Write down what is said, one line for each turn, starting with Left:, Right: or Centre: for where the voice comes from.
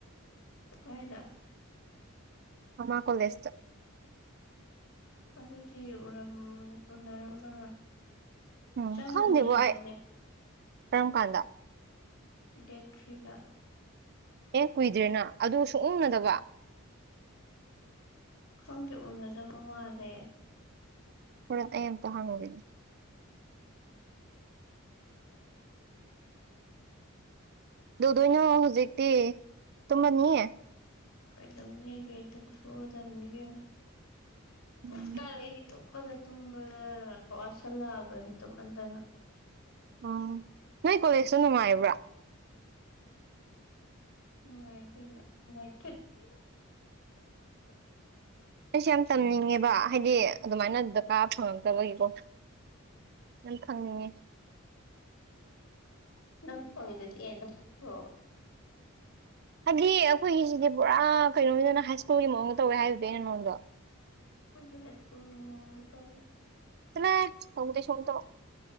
Left: ꯀꯥꯏꯗ
Right: ꯑꯃꯥ ꯀꯣꯜꯂꯦꯖꯇ
Left: ꯑꯗꯨꯗꯤ ꯎꯔꯝ ꯎꯅꯔꯝꯃꯔꯣꯏ
Right: ꯎꯝ
Left: ꯆꯪꯉꯅꯤ
Right: ꯈꯪꯗꯦꯕꯣ
Left: ꯍꯥꯏꯕꯅꯦ
Right: ꯑꯩ ꯀꯔꯝ ꯀꯥꯟꯗ
Left: ꯗꯦꯠ ꯊ꯭ꯔꯤꯗ
Right: ꯑꯦ ꯀꯨꯏꯗ꯭ꯔꯦꯅ ꯑꯗꯨ ꯁꯨꯡꯎ ꯎꯅꯗꯕ
Left: ꯈꯪꯗꯦ ꯎꯅꯗꯕ ꯃꯥꯜꯂꯦ
Right: ꯍꯣꯔꯦꯟ ꯑꯩ ꯑꯝꯇ ꯍꯪꯒꯦꯅꯦ ꯀꯩꯗꯧꯗꯣꯏꯅꯣ ꯍꯧꯖꯤꯛꯇꯤ ꯇꯨꯝꯃꯅꯤ
Left: ꯀꯩꯗꯧꯅꯤꯒꯦ ꯇꯨꯝꯊꯣꯛꯑꯗꯕꯅꯤ ꯏꯕꯦꯝꯃ
Right: ꯎꯝ
Left: ꯍꯧꯖꯤꯛꯀꯥꯟ ꯑꯩꯗꯤ ꯇꯨꯝ ꯇꯨꯝꯕꯗ ꯇꯨꯝꯕꯗ ꯋꯥꯁꯜꯂꯛꯑꯕꯅꯤ ꯇꯨꯝꯃꯟꯗꯅ
Right: ꯑꯥ ꯅꯣꯏ ꯀꯣꯜꯂꯦꯖꯇꯣ ꯅꯨꯡꯉꯥꯏꯕ꯭ꯔꯥ
Left: ꯅꯨꯡꯉꯥꯏ ꯀꯩꯅꯣ ꯅꯨꯡꯉꯥꯏ <unintelligible>
Right: ꯑꯩꯁꯨ ꯌꯥꯝ ꯇꯝꯅꯤꯡꯉꯦꯕ ꯍꯥꯏꯗꯤ ꯑꯗꯨꯃꯥꯏꯅ ꯑꯥꯗ ꯀꯥ ꯐꯪꯉꯛꯇꯕꯒꯤꯀꯣ ꯌꯥꯝ ꯊꯝꯅꯤꯡꯉꯦ
Left: ꯅꯪ ꯐꯪꯉꯤꯗꯨꯗꯤ <unintelligible>
Right: ꯍꯥꯏꯗꯤ ꯑꯩꯈꯣꯏꯒꯤꯁꯤꯗꯤ ꯄꯨꯔꯥ ꯀꯩꯅꯣꯅꯤꯗꯅ ꯍꯥꯏ ꯁ꯭ꯀꯨꯜꯒꯤ ꯃꯑꯣꯡꯗ ꯇꯧꯋꯦ ꯍꯥꯏꯕꯗꯨ ꯑꯩꯅ ꯅꯉꯣꯟꯗꯣ
Left: ꯑꯩꯈꯣꯏꯁꯨ ꯍꯥꯏ ꯁ꯭ꯀꯨꯜꯒꯤ ꯃꯑꯣꯡꯗ ꯇꯧꯏ
Right: ꯆꯠꯂꯍꯦ ꯇꯧꯗꯦ ꯁꯨꯡꯇꯧ